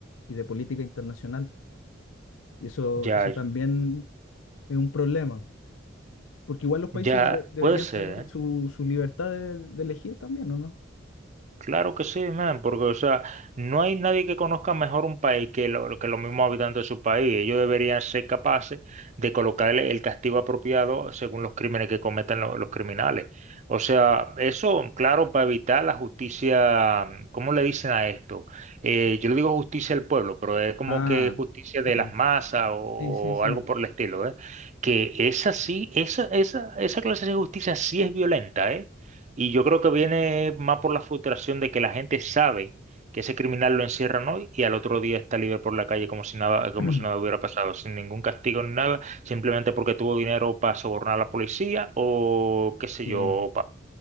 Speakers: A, on the left; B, on the right.
A: y de política internacional. Y eso,
B: Ya,
A: eso también es un problema, porque igual los países
B: ya
A: debe- deberían
B: puede ser,
A: tener
B: ¿eh?
A: su, su libertad de, de elegir también, ¿o no?
B: Claro que sí, man, porque, o sea, no hay nadie que conozca mejor un país que, lo- que los mismos habitantes de su país. Ellos deberían ser capaces de colocarle el castigo apropiado según los crímenes que cometan lo- los criminales. O sea, eso, claro, para evitar la justicia, ¿cómo le dicen a esto? Eh, yo le digo justicia del pueblo, pero es como
A: Ah,
B: que justicia
A: sí,
B: de las masas o
A: sí, sí, sí.
B: algo por el estilo, ¿eh? Que esa sí, esa, esa, esa clase de justicia sí es violenta, ¿eh? Y yo creo que viene más por la frustración de que la gente sabe que ese criminal lo encierran hoy y al otro día está libre por la calle como si nada,
A: <clears throat>
B: como si nada hubiera pasado, sin ningún castigo ni nada, simplemente porque tuvo dinero para sobornar a la policía o qué sé
A: Sí,
B: yo,